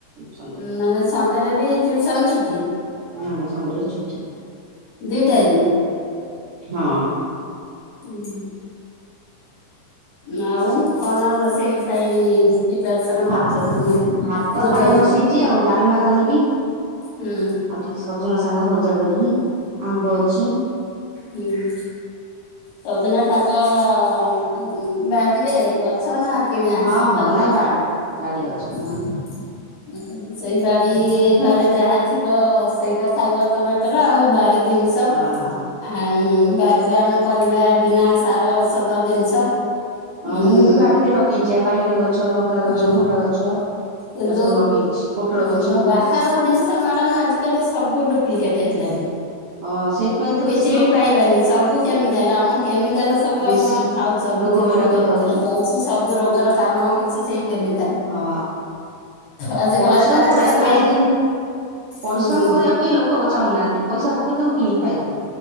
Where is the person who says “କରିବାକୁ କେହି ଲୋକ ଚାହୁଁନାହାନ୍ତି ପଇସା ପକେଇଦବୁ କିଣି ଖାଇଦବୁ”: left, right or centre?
Right